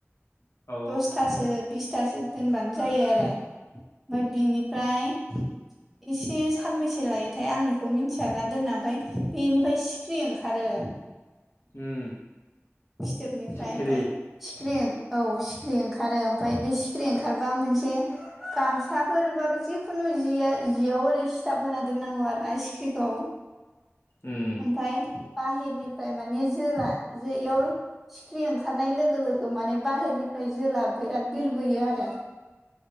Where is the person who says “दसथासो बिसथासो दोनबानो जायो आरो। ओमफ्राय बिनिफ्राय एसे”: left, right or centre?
Centre